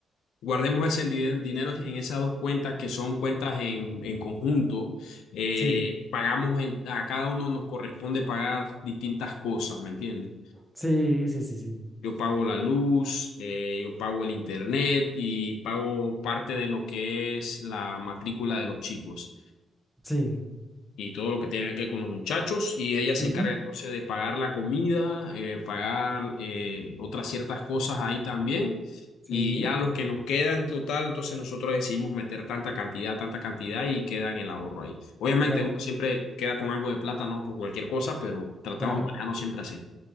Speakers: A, on the left; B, in the centre.
A: Guardemos ese di- dinero en esas dos cuentas que son cuentas en, en conjunto. Eh,
B: sí,
A: pagamos en- a cada uno nos corresponde pagar distintas cosas, ¿me entiendes?
B: sí, sí, sí, sí,
A: Yo pago la luz, eh, yo pago el internet y pago parte de lo que es la matrícula de los chicos
B: sí.
A: y todo lo que
B: o-
A: tiene que ver con los muchachos. Y ella se
B: ujú,
A: encarga entonces de pagar la comida, eh, pagar eh, otras ciertas cosas ahí también.
B: Sí,
A: Y ya lo que nos queda en total, entonces nosotros decidimos meter tanta cantidad, tanta cantidad y queda en el ahorro ahí. Obviamente
B: bueno,
A: uno siempre queda con algo de plata, ¿no? Por cualquier cosa, pero tratamos
B: claro.
A: de manejarnos siempre así.